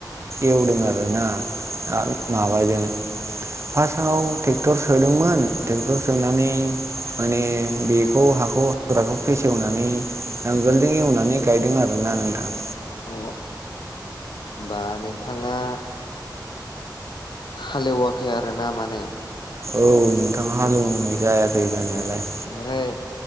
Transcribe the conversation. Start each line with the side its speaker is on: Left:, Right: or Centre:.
Right: एवदों आरोना आरो
Left: अ
Right: माबाजों फासाव टेक्टर सोदोंमोन टेक्टर सोनानै माने बे बेखौ हाखौ हाग्राखौ फेसेवनानै नांगोलजों एवनानै गायदों आरोना नोंथां
Left: अ होम्बा नोंथाङा हालेवाखै आरो ना माने
Right: औ नोंथां हालेवनाय जायाखै जानायालाय
Left: अ ओमफ्राय